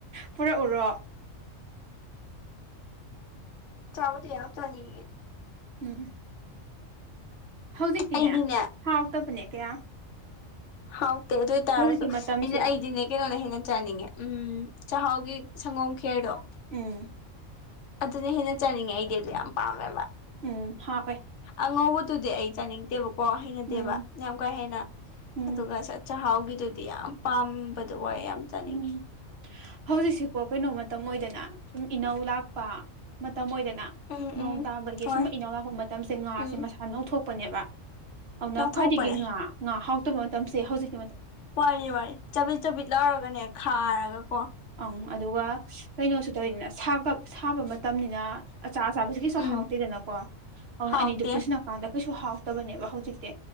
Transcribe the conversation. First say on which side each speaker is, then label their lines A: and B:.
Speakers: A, on the right (about 55°); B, on the left (about 70°).
A: ꯄꯨꯔꯛꯎꯔꯣ
B: ꯆꯥꯎꯕꯗ ꯌꯥꯝ ꯆꯅꯤ
A: ꯎꯝ ꯍꯧꯖꯤꯛꯇꯤꯅꯦ
B: ꯑꯩꯗꯤꯅꯦ
A: ꯍꯥꯎꯇꯕꯅꯦ ꯀꯌꯥ
B: ꯍꯥꯎ ꯇꯦ ꯑꯗꯨ ꯑꯣꯏ ꯇꯔꯁꯨ
A: ꯍꯧꯖꯤꯛꯀꯤ ꯃꯇꯝꯁꯦ
B: ꯑꯩꯅ ꯑꯩꯗꯤꯅꯦ ꯀꯩꯅꯣꯅꯦ ꯆꯥꯅꯤꯡꯉꯦ ꯎꯝ ꯆꯥꯛꯍꯥꯎꯒꯤ ꯁꯪꯒꯣꯝ ꯈꯦꯗꯣ
A: ꯎꯝ
B: ꯑꯗꯨꯗꯤ ꯍꯦꯟꯅ ꯆꯠꯅꯤꯡꯉꯦ ꯑꯩꯗꯤ ꯑꯗꯨ ꯌꯥꯝ ꯄꯥꯝꯃꯦꯕ
A: ꯎꯝ ꯍꯥꯎꯋꯦ
B: ꯑꯉꯧꯕ ꯑꯗꯨꯨꯗꯤ ꯑꯩ ꯆꯥꯅꯤꯡꯗꯦꯕꯀꯣ ꯍꯩꯅꯗꯦꯕ
A: ꯎꯝ
B: ꯌꯥꯝ ꯀꯥꯏ ꯍꯦꯅ
A: ꯎꯝ
B: ꯑꯗꯨꯒ ꯆꯥꯛꯍꯥꯎꯒꯤ ꯑꯗꯨꯗꯤ ꯌꯥꯝ ꯄꯥꯝꯕꯗꯣ ꯑꯣꯏ ꯌꯥꯝ ꯆꯥꯅꯤꯡꯉꯤ
A: ꯎꯝ ꯍꯧꯖꯤꯛꯁꯤꯀꯣ ꯀꯩꯅꯣ ꯃꯇꯝ ꯑꯣꯏꯗꯅ ꯁꯨꯝ ꯏꯅꯧ ꯂꯥꯛꯄ ꯃꯇꯝ ꯑꯣꯏꯗꯅ
B: ꯎꯝ
A: ꯅꯣꯡ
B: ꯎꯝ
A: ꯇꯥꯕꯒꯤ
B: ꯍꯣꯏ
A: ꯁꯨꯝ ꯏꯅꯑꯧ ꯂꯥꯛꯄ ꯃꯇꯝꯁꯦ ꯉꯥꯁꯦ
B: ꯎꯝ
A: ꯃꯁꯥ ꯅꯧꯊꯣꯛꯄꯅꯦꯕ ꯑꯗꯨꯅ
B: ꯅꯧꯊꯣꯛꯄꯅꯦ
A: ꯈ꯭ꯋꯥꯏꯗꯒꯤ ꯉꯥ ꯉꯥ ꯍꯥꯎꯇꯕ ꯃꯇꯝꯁꯦ ꯍꯧꯖꯤꯛ
B: ꯋꯥꯅꯤ ꯋꯥꯅꯤ ꯆꯥꯕꯤꯠ ꯆꯕꯤꯠ ꯂꯧꯔꯒꯅꯦ ꯈꯥꯔꯒ ꯀꯣ
A: ꯑꯪ ꯑꯗꯨꯒ ꯀꯩꯅꯣꯁꯨ ꯇꯧꯋꯅꯤꯅꯒ ꯁꯥꯕ ꯃꯇꯝꯅꯤꯅ ꯑꯆꯥ ꯑꯆꯥꯥꯕꯁꯤ ꯀꯩꯁꯨ
B: ꯎꯝ
A: ꯍꯥꯎ ꯇꯤꯗꯅꯀꯣ ꯑꯗꯨꯅ
B: ꯍꯥꯎꯇꯦ
A: ꯑꯅꯤꯗꯨ ꯄꯨꯟꯁꯤꯜꯂꯀꯥꯟꯗ ꯀꯩꯁꯨ ꯍꯥꯎꯇꯕꯅꯦꯕ ꯍꯧꯖꯤꯛꯇꯤ